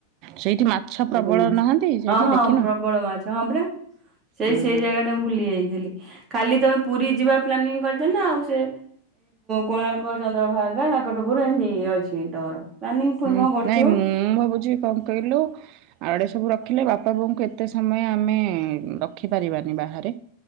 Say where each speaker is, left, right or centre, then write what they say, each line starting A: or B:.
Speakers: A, on the right (about 50°); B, on the right (about 30°).
A: ସେଇଠି ମାଛ ପ୍ରବଳ
B: ରୁନାଥ
A: ନାହାନ୍ତି ସେଇଠି
B: ହଁ ହଁ
A: ଦେଖିନ?
B: ପ୍ରବଳ ମାଛ ହଁ ପରା ସେଇ
A: ହୁଁ।
B: ସେଇ ଜାଗା ଟା ବୁଲି ଯାଇଛି। ଖାଲି ତମେ ପୁରୀ ଯିବା ପ୍ଲାନିଂ କରିଛ ନା ଆଉ ସେ କୋଣାର୍କ ଚନ୍ଦ୍ରଭାଗା। ନା କାକଟପୁରରୁ ଏମିତି ଇଏ ଅଛି ତମର ପ୍ଲାନିଂ ପୁଣି
A: ହୁଁ
B: କଣ କରିଥିବ
A: ନାଇଁ ମୁଁ ଭାବୁଛି କଣ କହିଲୁ ଆଡେ ସବୁ ରଖିଲେ ବାପା ବୋଉଙ୍କୁ ଏତେ ସମୟ ଆମେ ରଖିପାରିବାନି ବା ବାହାରେ